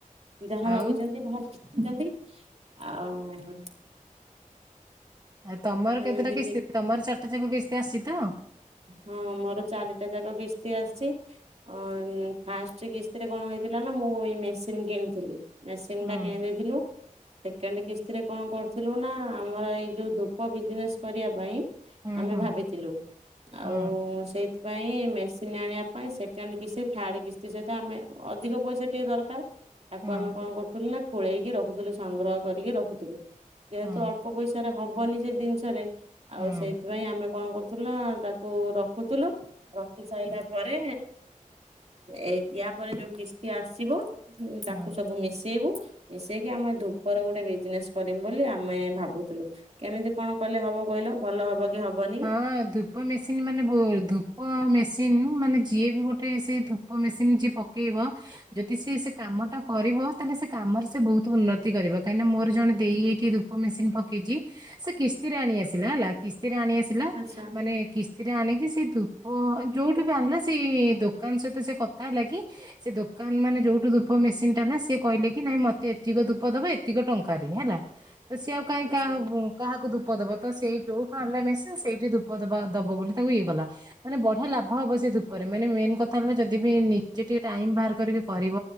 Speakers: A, on the right; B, on the right.
A: ଯାହା ଭାବିଛନ୍ତି
B: ଆଉ
A: ଭଲ ଭାବଛନ୍ତି ଆଉ
B: ଆଉ ତମର
A: ସେମିତି
B: କେତେଟା କିସ୍ତି
A: ଠିକ
B: ତମର ଚାରିଟା ଯାକ କିସ୍ତି ଆସିଚିତ?
A: ହଁ ମୋର ଚାରିଟା ଯାକ କିସ୍ତି ଆସିଚି। ଅଁ ଫାଷ୍ଟେ କିସ୍ତିରେ କଣ ହେଇଥିଲା ନା ମୁଁ ଏଇ ମେସିନ୍ କିଣିଥିଲି। ମେସିନ୍
B: ହୁଁ
A: ଟା କିଣି ଦେଇଥିଲୁ। ସେକେଣ୍ଡ କିସ୍ତିରେ କଣ କରୁଥିଲୁନା ଆମର ଏଇ ଯଉ ଧୂପ ବିଜନେସ୍ କରିବା ପାଇଁ
B: ହୁଁ
A: ଆମେ
B: ହୁଁ
A: ଭାବିଥିଲୁ ଆଉ
B: ହୁଁ
A: ସେଇ ସେଥିପାଇଁ ମେସିନ୍ ଆଣିବା ପାଇଁ ସେକେଣ୍ଡ କିସ୍ତି ଥାର୍ଡ କିସ୍ତି ସହିତ ଆମେ ଅଧିକ ପଇସା ଟିକେ ଦରକାର୍ ତାକୁ
B: ହୁଁ
A: ଆମେ କଣ କରୁଥିଲୁନା ଠୋଳେଇକି ରଖୁଥିଲୁ ସଂଗ୍ରହ କରିକି ରଖୁଥିଲୁ ଯେହେତୁ
B: ହୁଁ
A: ଅଳ୍ପ ପଇସା ରେ ହବନି ସେଜିନିଷରେ
B: ହୁଁ
A: ଆଉ ସେଇଥିପାଇଁ ଆମେ କଣ କରୁଥିଲ ତାକୁ ରଖୁଥିଲୁ। ରଖି ସାରିଲା ପରେ ଏ ୟା ପରେ ଯୋଉ କିସ୍ତି ଆସିବ ତାକୁ
B: ହୁଁ
A: ସବୁ ମିଶେଇବୁ ମିସେଇକି ଆମେ ଧୂପର ଗୋଟେ ବିଜନେସ୍ କରିମୁ ବୋଲି ଆମେ ଭାବୁଥିଲୁ। କେମିତି କଣ କଲେ ହବ କହିଲ ଭଲ ହବକି ହବନି?
B: ହଁ ଧୂପ ମେସିନ୍ ମାନେ ଧୂପ ମେସିନ୍ ମାନେ ଯିଏବି ଗୋଟେ ସେଇ ଧୂ ଧୂପ ମେସିନ୍ ଯିଏ ପକେଇବ ଯଦି ସିଏ ସେକାମଟା କରିବ ତାହେଲେ ସେ କାମରେ ସେ ବହୁତ୍ ଉନ୍ନତି କରିବ କାହିଁକିନା ମୋର ଜଣେ ଦେଇ ଏଇଠି ଦୁ ମେସିନ୍ ପକେଇଚି ସେ କିସ୍ତିରେ ଆଣି ଆସିଲା ହେଲା କିସ୍ତିରେ ଆଣି ଆସି
A: ଆଚ୍ଛା।
B: ମାନେ କିସ୍ତିରେ ଆଣିକି ସେ ଧୂପ ଯେଉଠୁବି ଆଣିଲା ସେଇ ଦୋକାନ ସହିତ ସେ କଥା ହେଲା କି ସେ ଦୋକାନ ମାନେ, ଯୋଉଠୁ ଧୂପ ମେସିନ ଟା ହେଲା। ସିଏ କହିଲେ କି, ନାଇଁ ମତେ ଏତିକ ଧୂପ ଦବ, ଏତିକ ଟଙ୍କାରେ ହେଲା। ତ ସିଏ ଆଉ କାହିଁ
A: ଆଚ୍ଛା
B: କାହାବ କାହାକୁ ଧୂପ ଦବ, ତ ସେଇ ଯୋଉଠୁ ଆଣିଲେ ମେସିନ୍, ସେଇଠି ଧୂପ ଦବା, ଦବ, ବୋଲି ତାକୁ ଇଏ କଲା। ମାନେ, ବଢିଆ ଲାଭ ହବ ସେ ଧୁପରେ। ମାନେ, ମେନ୍ କଥା ହେଲା ଯଦି ବି ନିଜେ ଟିକେ ଟାଇମ ବାହାର କରିକି କରିବ।